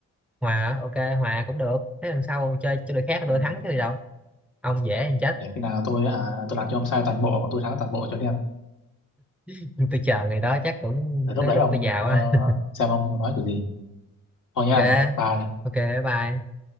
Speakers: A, in the centre; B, on the left.
A: hòa à? ok hòa cũng được thế lần sau chơi chơi đội khác là
B: Ừ,
A: tôi thắng chứ gì đâu ông dễ ăn chết
B: để khi nào tôi hả tôi làm cho ông sai toàn bộ còn tôi thắng toàn bộ cho xem
A: <laughs> tôi chờ ngày đó chắc cũng
B: để lúc
A: tới
B: đấy
A: lúc
B: ông
A: tôi già
B: ờ,
A: quá <laughs>
B: xem ông nói kiểu gì thôi nha
A: ok
B: bye
A: ok bye bye